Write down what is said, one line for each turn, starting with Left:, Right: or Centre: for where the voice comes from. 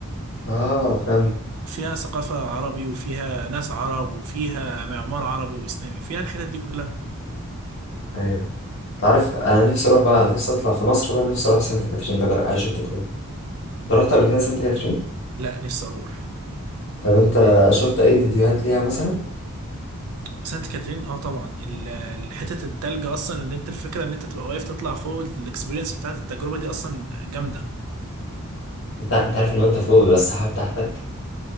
Left: آه فهمت
Right: فيها ثقافه عربي وفيها ناس عرب وفيها معمار عربي واسلامي فيها الحتت دي كلها
Left: أيوه تعرف انا نفسي اروح بقى نفسي اطلع في مصر بقى نفسي اروح سانت كاترين ده جر- اعيش التجربه انت رحت قبل كده سانت كاترين
Right: لا نفسي اروح
Left: طب انت شفت اي فيديوهات ليها مثلا
Right: سانت كاترين اه طبعا ال- الحتت التلج اصلا اللي انت الفكره ان انت تبقى واقف تطلع فوق الاكسبيرينس بتاعت التجربه دي اصلا جامده
Left: انت انت عارف ان انت فوق بيبقى السحاب تحتك